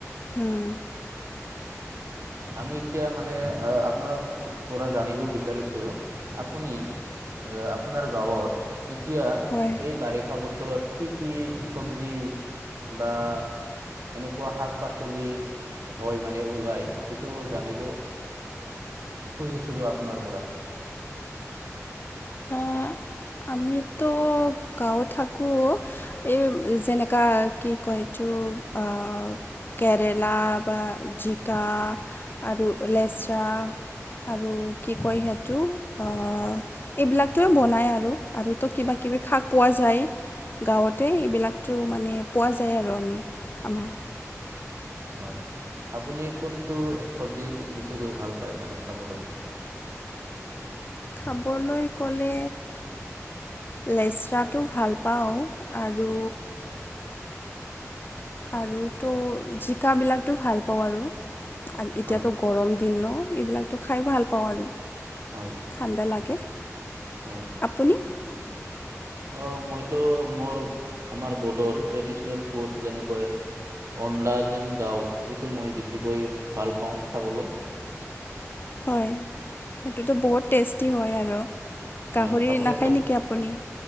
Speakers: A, on the left; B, on the right.
A: হুম।
B: আমি এতিয়া মানে আপোনাৰ পৰা জানিব বিচাৰিছোঁ আপুনি আপোনাৰ গাঁৱত এতিয়া
A: হয়
B: এই বাৰিষা বতৰত কি কি চব্জি বা এনেকুৱা শাক- পাচলি হয় মানে উগাই সেইটো জানিব খুজিছিলোঁ আপোনাৰ পৰা।
A: অ'। আমিতো গাঁৱত থাকো এই যেনেকা কি কয় আ' কেৰেলা বা জিকা আৰু লেচৰা আৰু কি কয় সিহতটো অহ এইবিলাকটোৱে বনায় আৰু আৰুতো কিবা কিবি শাক পোৱা যায়। গাঁৱতে এইবিলাকত মানে পোৱা যায় আৰু আমি আমাৰ।
B: হয় আপুনি কোনটো চব্জি বেছিকৈ ভাল পায় মানে খাবলৈ।
A: খাবলৈ ক'লে লেচৰাটো ভাল পাওঁ আৰু আৰু তো জিকা বিলাকতো ভাল পাওঁ আৰু এতিয়াতো
B: হয়
A: গৰম দিনো এইবিলাকতো খাই ভাল পাওঁ আৰু
B: হয়
A: ঠাণ্ডা লাগে
B: হয়
A: আপুনি?
B: অ, মইতো মোৰ আমাৰ বড়োৰ ট্ৰেডিচনেল ফুড যেনেকৈ অনলাাজং দাউ সেইটো মই বেছিকৈ ভাল পাওঁ খাবলৈ।
A: হয় সেইটোতো বহুত টেষ্টি হয় আৰু গাহৰি
B: হয় আপুনিও
A: নাখায়
B: খাই
A: নেকি আপুনি?